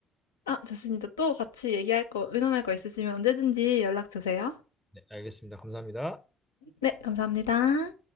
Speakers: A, on the left (about 80°); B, in the centre.
A: 아, 좋습니다. 또 같이 얘기할 거, 의논할 거 있으시면 언제든지 연락 주세요.
B: 네, 알겠습니다. 감사합니다.
A: 네, 감사합니다.